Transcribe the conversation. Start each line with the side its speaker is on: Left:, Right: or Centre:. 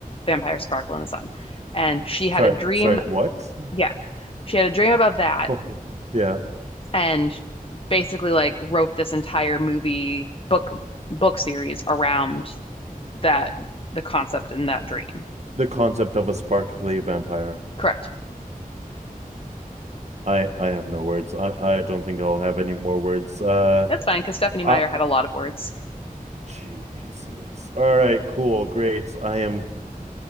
Left: vampires sparkle in the sun. And she had
Right: Sorry.
Left: a dream.
Right: Sorry. What?
Left: Yeah, she had a dream about that
Right: <laughs> Yeah.
Left: and basically like wrote this entire movie book book series around that the concept in that dream.
Right: The concept of a sparkly vampire.
Left: Correct.
Right: I I have no words. I I don't think I'll have any more words. Uh,
Left: That's fine because Stephanie
Right: uh
Left: Meyer had a lot of words.
Right: Jesus. All right, cool. Great. I am